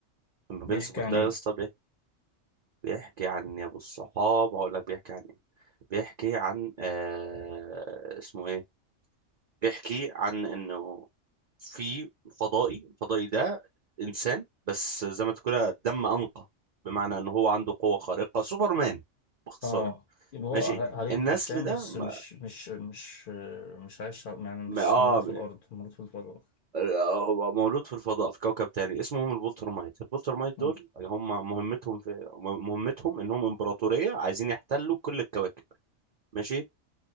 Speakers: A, on the right; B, on the left.
A: انفينسيبل
B: بيحكي عن
A: ده
B: إيه
A: يا اسطى بيحكي عن يا ابو الصحاب هقول لك بيحكي عن ايه بيحكي عن آه اسمه ايه بيحكي عن انه في فضائي الفضائي ده انسان بس زي ما تقول كده دم انقى بمعنى ان هو عنده قوة خارقة سوبرمان باختصار
B: آه يبقى هو
A: ماشي
B: ع- عليه
A: النسل
B: إنسان
A: ده
B: بس
A: ما
B: مش مش مش آه، مش عايش على- يعني
A: ما-
B: مش
A: اه
B: مولود في الأرض مولود في الفضاء
A: آه، مولود في الفضاء في كوكب تاني اسمهم البولترمايت البولترمايت
B: آه
A: دول هم مهمتهم في مهمتهم انهم امبراطورية عايزين يحتلوا كل الكواكب ماشي